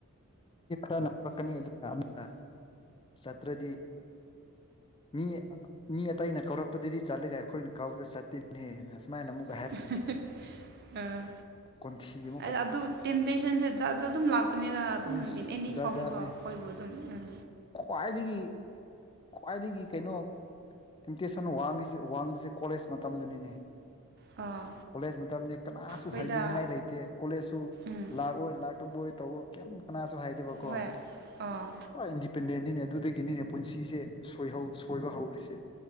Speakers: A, on the left; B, on the right.
A: ꯃꯤ ꯈꯔꯅꯥ ꯍꯛꯄꯥꯛꯀꯅꯤ ꯑꯗꯨꯅ ꯑꯃꯨꯛꯅ ꯆꯠꯇ꯭ꯔꯗꯤ ꯃꯤ ꯃꯤ ꯑꯇꯩꯅ ꯀꯧꯔꯛꯄꯗꯗꯤ ꯆꯠꯂꯒ ꯑꯩꯈꯣꯏꯅ ꯀꯥꯎꯗ ꯆꯠꯇꯅꯦꯍꯦꯅ ꯑꯁꯨꯃꯥꯏꯅ ꯑꯃꯨꯛ
B: <unintelligible> ꯑꯥ
A: ꯀꯟꯊꯤ ꯑꯃ
B: ꯑꯩꯗꯣ ꯑꯗꯨ ꯇꯦꯝꯇꯦꯁꯟꯁꯦ ꯖꯠ ꯖ ꯑꯗꯨꯝ ꯂꯥꯛꯄꯅꯤꯅ ꯑꯗꯨꯝ
A: ꯑꯁ
B: ꯏꯟ ꯑꯦꯅꯤ
A: ꯖꯥꯠ
B: ꯐꯣꯔꯝꯒ
A: ꯖꯥꯠꯅꯤ
B: ꯑꯩꯈꯣꯏꯕꯨ ꯑꯗꯨꯝ ꯎꯝ
A: ꯈ꯭ꯋꯥꯏꯗꯒꯤ ꯈ꯭ꯋꯥꯏꯗꯒꯤ ꯀꯩꯅꯣ ꯏꯝꯇꯦꯁꯟ ꯋꯥꯡꯉꯁꯤ ꯋꯥꯡꯕꯕꯁꯤ ꯀꯣꯂꯦꯖ ꯃꯇꯝꯗꯅꯤꯅꯦ
B: ꯑꯥ
A: ꯀꯣꯂꯦꯖ ꯃꯇꯝꯗꯤ ꯀꯅꯥꯁꯨ
B: ꯍꯣꯏꯗ
A: ꯍꯥꯏꯕꯤꯅꯤꯡꯉꯥꯏ ꯂꯩꯇꯦ ꯀꯣꯂꯦꯖꯁꯨ
B: ꯎꯝ
A: ꯂꯥꯛꯑꯣꯏ ꯂꯥꯛꯇꯕꯣꯏ ꯇꯧꯕ ꯀꯩ ꯀꯅꯥꯁꯨ ꯍꯥꯏꯗꯦꯕꯀꯣ
B: ꯍꯣꯏ ꯑꯥ
A: ꯄꯨꯔꯥ ꯏꯟꯗꯤꯄꯦꯟꯗꯦꯟꯅꯤꯅꯦ ꯑꯗꯨꯗꯒꯤꯅꯤꯅꯦ ꯄꯨꯟꯁꯤꯁꯦ ꯁꯣꯏꯍꯧ ꯁꯣꯏꯕ ꯍꯧꯔꯤꯁꯦ